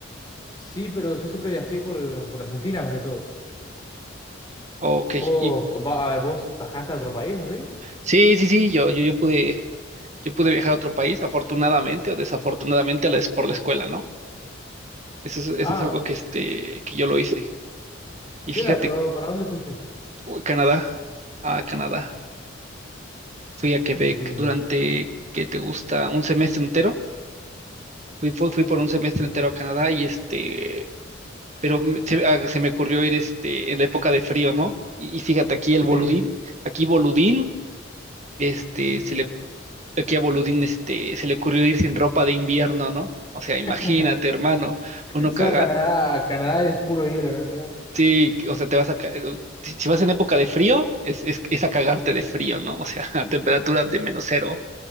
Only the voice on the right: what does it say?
Ok,
¿y,
Sí, sí, sí, yo, yo, yo pude, yo pude viajar a otro país, afortunadamente o desafortunadamente, a la, es por la escuela, ¿no? Eso es, eso
es algo que, este, que yo lo hice. Y
fíjate,
uy, Canadá, a Canadá. Fui a Quebec
durante, ¿qué te gusta? Un semestre entero. Fui, fui, fui por un semestre entero a Canadá y este, pero me- se, ah, se me ocurrió ir este, en la época de frío, ¿no? Y, y fíjate, aquí el boludín,
aquí boludín, este, se le Aquí a Boludín este, se le ocurrió ir sin ropa de invierno, ¿no? O sea, imagínate,
hermano, uno
cagar.
Sí, o sea, te vas a. ca- eh, Si si vas en época de frío, es, es, es a cagarte de frío, ¿no? O sea, <laughs> a temperaturas de menos cero,